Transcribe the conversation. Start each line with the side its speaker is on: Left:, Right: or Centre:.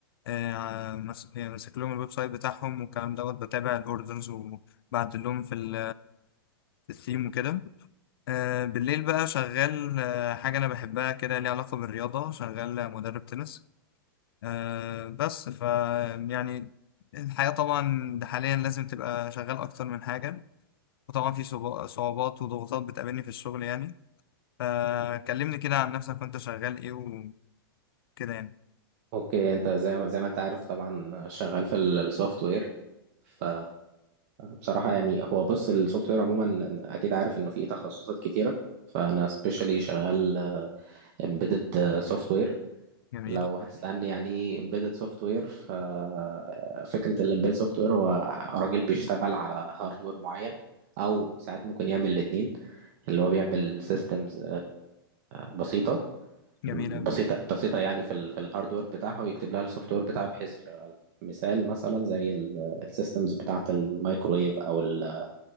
Left: آه، مس- يعني ماسك لهم الويب سايت بتاعهم والكلام دوت بتابع الاوردرز وبعدل لهم في ال- في الثيم وكده آه، بالليل بقى شغال آه، حاجة أنا بحبها كده ليها علاقة بالرياضة شغال مدرب تنس آه، بس ف يعني الحياة طبعا حاليا لازم تبقى شغال أكتر من حاجة وطبعا في صعوب- صعوبات وضغوطات بتقابلني في الشغل يعني فكلمني كده عن نفسك وأنت شغال إيه وكده يعني
Right: اوكي انت زي زي ما انت عارف طبعا شغال في السوفت وير ف بصراحه يعني هو بص السوفت وير عموما اكيد عارف انه فيه تخصصات كتيره فانا سبيشالي شغال امبيدد سوفت وير
Left: جميل
Right: لو هتسالني يعني امبيدد سوفت وير ففكره الامبيدد سوفت وير هو راجل بيشتغل على هاردوير معين او ساعات ممكن يعمل الاتنين اللي هو بيعمل سيستمز بسيطه
Left: جميل
Right: بسيطة
Left: أوي
Right: بسيطة يعني في ال في الهاردوير بتاعها ويكتب لها السوفت وير بتاعها بحيث يشغلها مثال مثلا زي السيستمز بتاعة الميكرويف أو ال